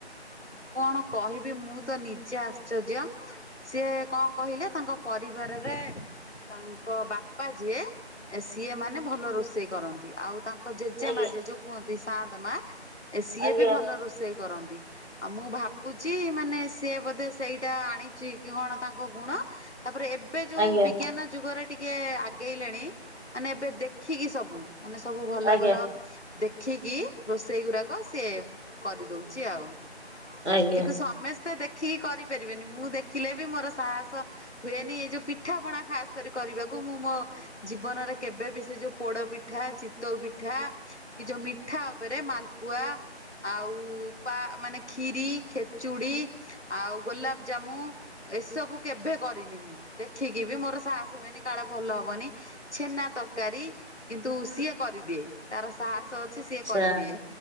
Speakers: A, on the left; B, on the right.
A: କଣ କହିବି ମୁଁ ତ ନିଜେ ଆଶ୍ଚର୍ଯ୍ୟ? ସିଏ କଣ କହିଲେ ତାଙ୍କ ପରିବାରରେ ତାଙ୍କ ବାପା ଯିଏ ସିଏ ମାନେ ଭଲ ରୋଷେଇ କରନ୍ତି ଆଉ ତାଙ୍କ ଜେଜେମା
B: ଆଜ୍ଞା।
A: ଜେଜୋଉ କୁହନ୍ତି ସାନ୍ଦ ମା ସିଏ
B: ଆଜ୍ଞା
A: ବି ଭଲ ରୋଷେଇ କରନ୍ତି। ଆଉ ମୁଁ ଭାବୁଛି ମାନେ ସିଏ ବୋଧେ ସେଇଟା ଆଣିଛି କି କଣ ତାଙ୍କ ଗୁଣ ତାପରେ ଏବେ ଯୋଉ
B: ଆଜ୍ଞା
A: ବିଜ୍ଞାନ ଯୁଗରେ ଟିକେ ଆଗେଇଲେଣି ମାନେ ଏବେ ଦେଖିକି ସବୁ। ମାନେ ସବୁ ଭଲ
B: ଆଜ୍ଞା
A: ଭଲ ଦେଖିକି ରୋଷେଇ ଗୁଡାକ ସିଏ କରିଦଉଛି ଆଉ
B: ଆଜ୍ଞା
A: କିନ୍ତୁ ସମସ୍ ତେ ଦେଖିକି କରିପାରିବେନି ମୁଁ ଦେଖିଲେ ବି ମୋର ସାହସ ହୁଏନି ଏଇ ଯୋଉ ପିଠାପଣା ଖାସ କରି କରିବାକୁ ମୁଁ ମୋ ଜୀବନରେ କେବେ ବି ସେ ଯୋଉ ପୋଡ ପିଠା ଚିତଉ ପିଠା କି ଯୋଉ ମିଠା ଆଉ ପରେ ମାଲପୁଆ ଆଉ ପା ମାନେ ଖିରି ଖେ ଚୁଡ଼ି ଆଉ ଗୋଲାପ ଜାମୁ ଏସବୁ କେବେ କରିନି ମୁଁ ଦେଖିକି ବି ମୋର ସାହସ ହୁଏନି କାଳେ ଭଲ ହବନି। ଛେନା ତରକାରୀ କିନ୍ତୁ ସିଏ କରିଦିଏ ତାର ସାହସ ଅଛି ସିଏ କରିଦିଏ
B: ଚା